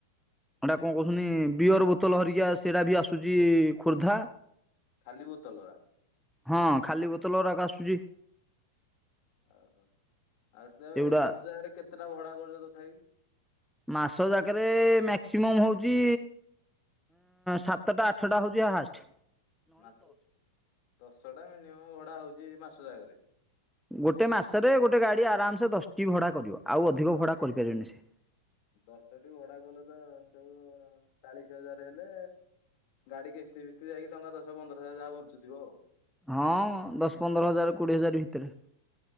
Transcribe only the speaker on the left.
ଖାଲି ବୋତଲ ରା।
ଓହୋ ଆଉ ତମେ
ମାସ ଜାଗାରେ କେତେଟା ଭଡା କରୁଚ ତଥାପି?
ମାତ୍ର ଦଶଟା ମିନିମମ୍ ଭଡା ହଉଛି ମାସ ଟା ଜାକରେ।
ଦଶଟି ଭଡା କଲେ ତ ମାସ କୁ ଚାଳିଶ ହଜାର ହେଲେ ଗାଡି କିସ୍ତି ଫିସ୍ତି ଯାଇକି ଟଙ୍କା ଦଶ ପନ୍ଦର ହଜାର ଯାହା ବଞ୍ଚୁଥିବ ଆଉ।